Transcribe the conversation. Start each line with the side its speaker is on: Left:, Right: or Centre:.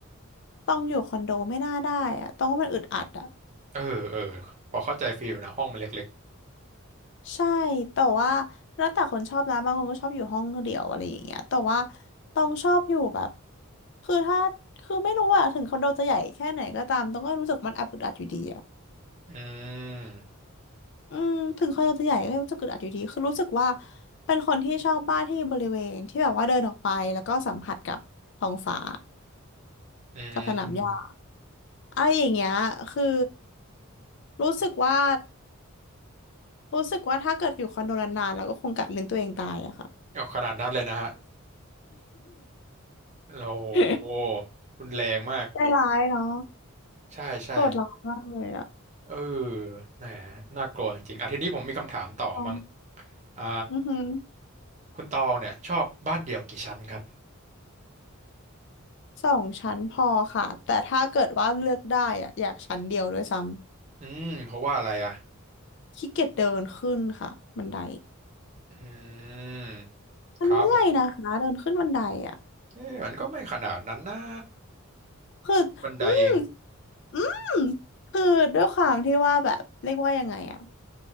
Left: ตองอยู่คอนโดไม่น่าได้อะตองว่ามันอึดอัดอะ
Right: เออเออพอเข้าใจฟีลนะห้องมันเล็ก
Left: ใช่ แต่ว่าแล้วแต่คนชอบนะบางคนก็ชอบอยู่ห้องเดี่ยวอะไรอย่างเงี้ยแต่ว่าตองชอบอยู่แบบคือถ้าคือไม่รู้อะถึงคอนโดจะใหญ่แค่ไหนก็ตามตองก็รู้สึกมันแอบอึดอัดอยู่ดีอะ
Right: ๆอืม
Left: อืมถึงคอนโดจะใหญ่ก็ยังรู้สึกอึดอัดอยู่ดีคือรู้สึกว่าเป็นคนที่ชอบบ้านที่มีบริเวณที่แบบว่าเดินออกไปแล้วก็สัมผัสกับท้องฟ้า
Right: อืม
Left: กับสนามหญ้า เอาอย่างเงี้ยคือรู้สึกว่ารู้สึกว่าถ้าเกิดอยู่คอนโดนานๆแล้วก็คงกัดลิ้นตัวเองตายอะค่ะ
Right: เอาขนาดนั้นเลยนะฮะเราโอ้
Left: <laughs>
Right: รุนแรงมาก
Left: ใจร้ายเนาะ
Right: ใช่ใช่
Left: โหดร้ายมากเลยอะ
Right: เออแหมน่ากลัวจริงๆอ่ะทีนี้ผมมีคำถามต่อมั่ง
Left: อ๋อ
Right: อ่า
Left: อือหือ
Right: คุณตองเนี่ยชอบบ้านเดี่ยวกี่ชั้นครับ
Left: สองชั้นพอค่ะแต่ถ้าเกิดว่าเลือกได้อะอยากชั้นเดียวด้วยซ้
Right: อืมเพราะว่าอะไรอ่ะ
Left: ำขี้เกียจเดินขึ้นค่ะบันได
Right: อืม
Left: มันเมื่อยนะคะเดินขึ้นบันไดอะ
Right: ครับผมเอ๊ะมันก็ไม่ขนาดนั้นนะ
Left: คืออืม
Right: บันไดเอง
Left: อืมคือด้วยความที่ว่าแบบเรียกว่ายังไงอะ